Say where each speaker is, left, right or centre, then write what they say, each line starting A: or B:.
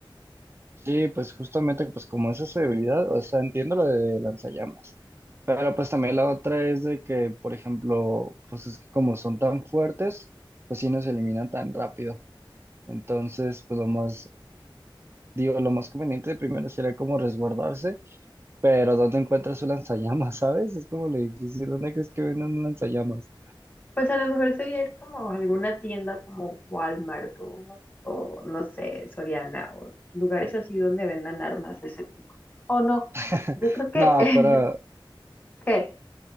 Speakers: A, on the right; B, on the left.
A: Sí, pues justamente pues como esa es su debilidad, o sea, entiendo lo de lanzallamas. Pero pues también la otra es de que, por ejemplo, pues es que como son tan fuertes, pues sí nos eliminan tan rápido. Entonces, pues lo más, digo, lo más conveniente primero sería como resguardarse Pero ¿dónde encuentras un lanzallamas, <laughs> sabes? Es como le difícil. ¿Dónde crees que venden un lanzallamas?
B: Pues a lo mejor sería ir como a alguna tienda como Walmart o, o, no sé, Soriana o lugares así donde vendan armas de ese tipo. O no,
A: <laughs>
B: yo creo que,
A: No, pero...
B: <laughs> ¿qué?